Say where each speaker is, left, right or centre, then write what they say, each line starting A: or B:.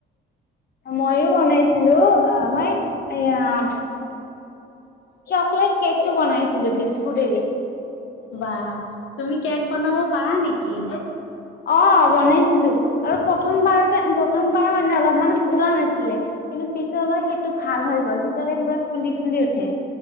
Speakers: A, on the left; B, on the left.
A: ময়ো বনাইছিলো অ মই এয়া- চকলেট কেকটো বনাইছিলো বিস্কুটে দি।
B: বা তুমি কেক বনাব পাৰা নেকি?
A: অ বনাইছিলো আৰু প্ৰথমবাৰ- প্ৰথমবাৰ মানে অলপ মান ফুলা নাছিলে কিন্তু পিছলৈ সেইটো ভাল হৈ গ'ল পিছলে পুৰা- ফুলি ফুলি উঠে।